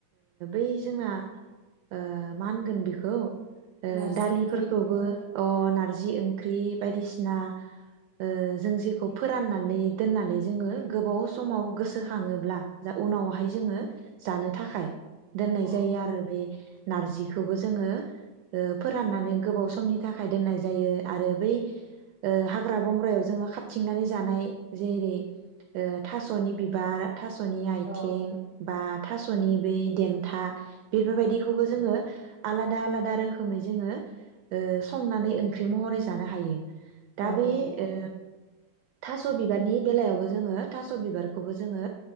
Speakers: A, on the right; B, on the left.
A: ओ जोंना ओ मा होनगोन बिखौ ओ
B: नारजि
A: दालिफोरखौबो
B: ओंख्रि
A: अ
B: औ
A: नारजि ओं ख्रि बायदिसिना ओ जों जेखौ फोराननानै दोननानै जोङो गोबाव समाव गोसोखाङोब्ला जा उनावहाय जोङो जानो थाखाय दोननाय
B: औ
A: जायो आरो बे नारजिखौबो जोङो ओ फोराननानै गोबाव समनि थाखाय दोननाय जायो आरो बै ओ हाग्रा बंग्रायाव जोङो खाबथिंनानै जानाय जेरै थास'नि बिबार थास'नि आइथिं
B: औ
A: बा थास'नि बै देनथा बेफोर बायदिखौबो जोङो आलादा आलादा रोखोमै जोङो ओ संनानै ओंख्रि महरै जानो हायो। दा
B: औ
A: बे
B: औ
A: ओ थास' बिबारनि बेलायावबो जोङो थास' बिबारखौबो जोङो